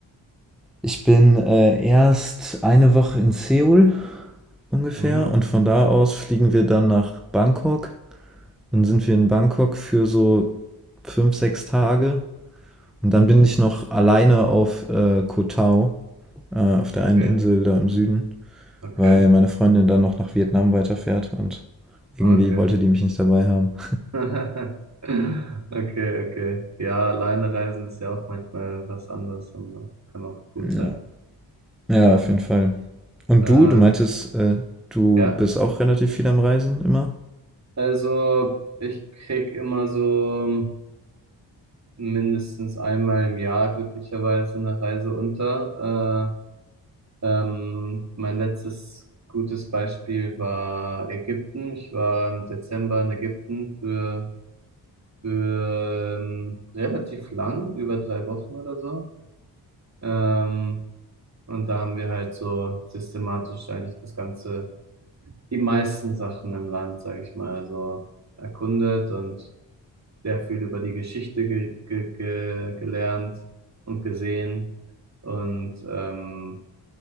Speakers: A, in the centre; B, on the right.
A: Ich bin äh, erst eine Woche in Seoul ungefähr
B: Mhm,
A: und von da aus fliegen wir dann nach Bangkok.
B: mhm,
A: Dann sind wir in Bangkok für so fünf, sechs Tage und dann
B: mhm.
A: bin ich noch alleine auf äh, Koh Tao, äh, auf der einen
B: Okay,
A: Insel da im Süden,
B: okay,
A: weil meine Freundin dann noch nach Vietnam weiterfährt und irgendwie
B: okay.
A: wollte die mich nicht dabei haben.
B: <laughs> Okay, okay. Ja, alleine reisen ist ja auch manchmal was anderes, aber kann auch gut sein.
A: Ja, ja,
B: Ja,
A: auf jeden Fall. Und
B: äh,
A: du, du meintest, äh, du
B: ja.
A: bist auch relativ viel am Reisen immer?
B: Also ich krieg immer so mindestens einmal im Jahr glücklicherweise eine Reise unter. Äh, ähm, mein letztes gutes Beispiel war Ägypten. Ich war im Dezember in Ägypten für für ähm, relativ lang, über drei Wochen oder so. Ähm, und da haben wir halt so systematisch eigentlich das Ganze, die meisten Sachen im Land, sage ich mal, so erkundet und sehr viel über die Geschichte ge ge ge gelernt und gesehen und, ähm,